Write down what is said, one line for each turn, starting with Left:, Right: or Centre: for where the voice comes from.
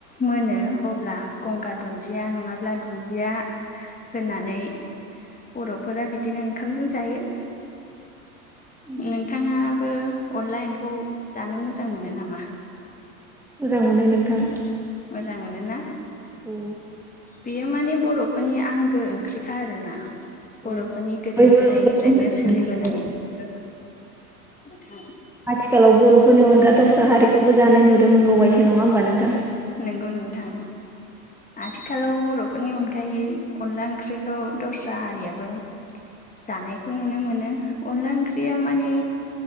Left: मोनो अब्ला गंगार दुन्दिया नङाब्ला दुन्दिया होनानै बरफोरा बिदिनो ओंखामजों जायो
Centre: <inaudible>
Left: नोंथाङाबो अनला एम्फौ जानो मोजां मोनो नामा
Centre: मोजां मोनो नोंथां
Left: मोजां मोनो ना
Centre: औ
Left: बेयो माने बरफोरनि आंगो ओंख्रिखा आरोना
Centre: औ
Left: बरफोरनि गोदो
Centre: बयबो
Left: गोदायनिफ्रायनो
Centre: बयबो मोजां।
Left: सोलिबोनाय औ नोंथां
Centre: आथिखालाव बर'फोरनि अनगा दस्रा हारिखौबो जानाय नुदों मोनबावबायसो नङा होमबा नोंथां।
Left: नंगौ नोंथां आथिखालाव बर'। बेफोरनि अनगायै अनला ओंख्रिखौ दस्रा आरियाबो। जानायखौ नुनो मोनो अनला ओंख्रिया माने।